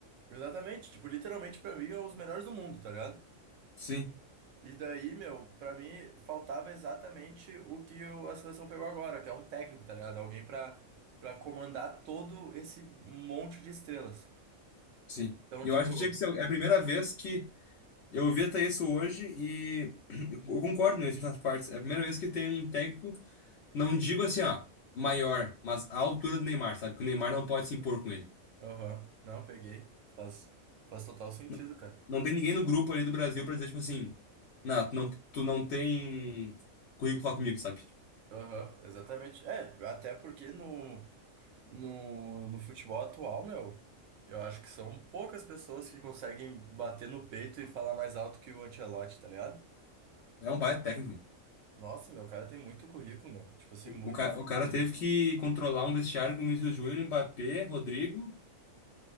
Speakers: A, on the right; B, on the left.
A: Exatamente, tipo, literalmente pra mim é os melhores do mundo, tá ligado?
B: Sim,
A: E daí, meu, pra mim faltava exatamente o que o- a seleção pegou agora, que é um técnico, tá ligado? Alguém pra, pra comandar todo esse monte de estrelas.
B: sim.
A: Então,
B: E
A: tipo,
B: eu acho que tinha que ser. É a primeira vez que eu ouvi até isso hoje e <clears throat> eu concordo em certas partes. É a primeira vez que tem um técnico, não digo assim, ó, maior, mas à altura do Neymar, sabe? Que o Neymar não pode se impor com ele.
A: aham, não, peguei. Faz, faz total sentido,
B: Não,
A: cara.
B: não tem ninguém no grupo ali do Brasil pra dizer, tipo assim, não, tu não, tu não tem currículo pra falar comigo, sabe?
A: Aham, exatamente. É, até porque no, no, no futebol atual, meu, eu acho que são poucas pessoas que conseguem bater no peito e falar mais alto que o Ancelotti, tá ligado?
B: É um baita técnico, mano.
A: Nossa, meu, o cara tem muito currículo, meu. Tipo assim,
B: O,
A: muito,
B: o, ca-
A: muito
B: o cara
A: currículo.
B: teve que controlar um vestiário com o Vinícius Júnior, Mbappé, Rodrigo,